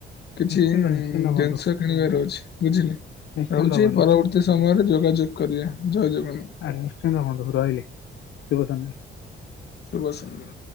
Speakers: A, on the left; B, on the left.
A: କିଛି
B: ନିଶ୍ଚିନ୍ତ
A: ଜିନିଷ।
B: ନିଶ୍ଚିନ୍ତ ବନ୍ଧୁ
A: କିଣିବାର ଅଛି ବୁଝିଲେ
B: ନିଶ୍ଚିନ୍ତ
A: ରହୁଛି
B: ବନ୍ଧୁ
A: ପରବର୍ତ୍ତୀ ସମୟରେ ଯୋଗାଯୋଗ କରିବା ଜୟ ଜଗନ୍ନାଥ।
B: ଆଜ ନିଶ୍ଚିନ୍ତ ବନ୍ଧୁ ରହି ଲି ଶୁଭ ସନ୍ଧ୍ୟା।
A: ଶୁଭ ସନ୍ଧ୍ୟା।